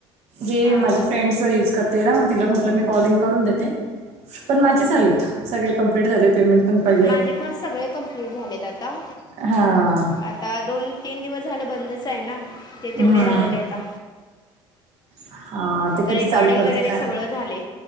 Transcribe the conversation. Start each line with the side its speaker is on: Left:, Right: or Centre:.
Right: हे
Left: हां
Right: माझ्या फ्रेंडचा युज करते ना मग तिला म्हटलं मी कॉलिंग करून देते. पण
Left: हम्म,
Right: माझे झालेत.
Left: हम्म.
Right: सगळे कंप्लीट झाले पेमेंट पण पडले.
Left: माझे पण सगळे कंप्लीट झालेत आता.
Right: हा!
Left: आता दोन तीन दिवस झाले बंदच आहे ना ते
Right: हम्म.
Left: तेवढे राहिले आता.
Right: हां ते
Left: रेकॉर्डिंग
Right: कधी चालू करतील
Left: वगैरे'
Right: काय
Left: सगळं झाले.